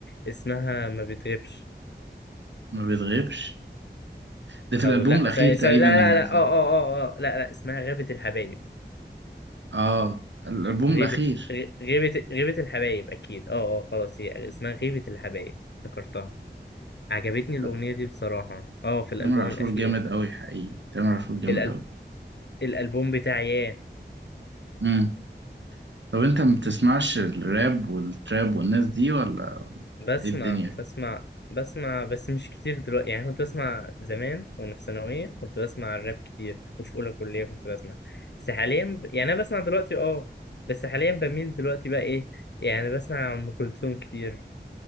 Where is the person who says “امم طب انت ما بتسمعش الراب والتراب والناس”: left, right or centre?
Right